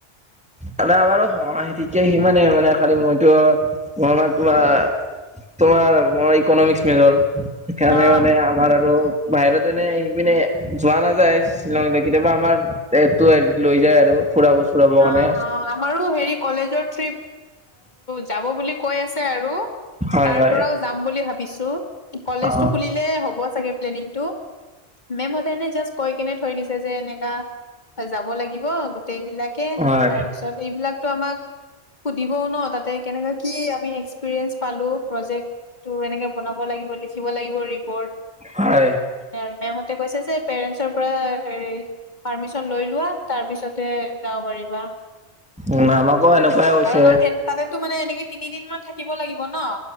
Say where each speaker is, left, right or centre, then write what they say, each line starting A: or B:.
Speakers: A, in the centre; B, on the left.
A: দাদা আমাৰ তেতিয়া সিমানে মানে খালি মইতো মই মানে তোমাৰ তোমাৰ ম ইকনমিক্স মেজৰ সেইকাৰণে
B: অ
A: মানে আমাৰ আৰু বাহিৰতে এনে সেইপিনে যোৱা নাযায়। শ্বিলং কেতিয়াবা আমাৰ এইটো হে লৈ যায় আৰু ফুৰাব চুৰাব মানে।
B: অ অ' আমাৰো হেৰি কলেজৰ ট্ৰিপ যাব বুলি কৈ আছে আৰু।
A: হয়
B: তাৰ
A: হয়
B: পৰাও যাম বুলি ভাবিছো কলেজটো
A: অ
B: খুলিলে হ'ব চাগে প্লেনিংটো। মেম হঁতে এনে জাষ্ট কৈ কেনে থৈ দিছে যে এনেকা যাব লাগিব গোটেইবিলাক। থাকে
A: হয়
B: তাৰপিছত এইবিলাকতো আমাক। সুধিবও ন তাতে কেনেকাে কি আমি এক্সপিৰিয়েঞ্চ পালো প্ৰজেক্ট। তটো এনেকে বনাব লাগিব লিখিব লাগিব ৰিপৰ্ট।
A: হয়।
B: আৰু মেমহঁতে কৈছে যে পেৰেন্টচৰ পৰা হ পাৰ্মিচন লৈ লোৱা তাৰ পিছতহে যাব পাৰিবা।
A: উ আমাকো এনেকুৱাই কৈছে।
B: কাৰণ এ- তাতেতো মানে এনেকে তিনিদিন মান থাকিব লাগিব ন